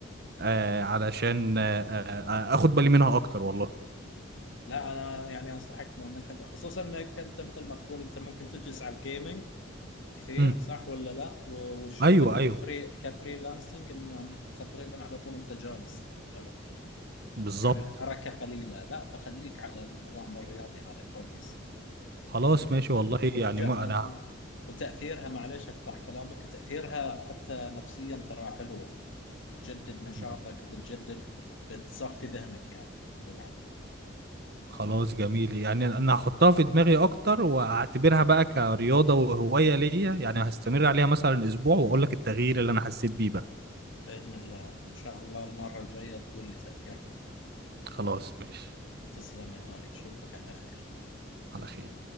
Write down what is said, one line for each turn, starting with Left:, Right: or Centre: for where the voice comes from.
Right: آه، علشان آه، آه، آه، اخد بالي منها اكتر والله
Left: لا انا يعني انصحك بانك انت خصوصا انك انت مثل ما تقول انت ممكن تجلس على الجيمنج كثير
Right: امم
Left: صح ولا لا و- وشغلك
Right: ايوه
Left: كفري
Right: ايوه
Left: كفريلانسنج انه تقريبا على طول انت جالس صح ولا لا
Right: بالظبط
Left: يعني الحركه قليله لا فخليك على النظام الرياضي هذا كويس
Right: خلاص
Left: من
Right: ماشي والله
Left: وجاء
Right: يعني مو انا
Left: و- وتاثيرها معليش اقطع كلامك تاثيرها حتى نفسيا ترى حلو بتجدد نشاطك
Right: مم.
Left: بتجدد بتصفي ذهنك يعني للعمل
Right: خلاص جميل يعني انا هحطها في دماغي اكتر واعتبرها بقى كرياضة وهواية ليا يعني هستمر عليها مثلا اسبوع واقول لك التغيير اللي انا حسيت بيه بقى
Left: بإذن الله إن شاء الله المرة الجاية تقول لي تأثيرها
Right: خلاص ماشي
Left: تسلم يا غالي أشوفك على خير
Right: على خير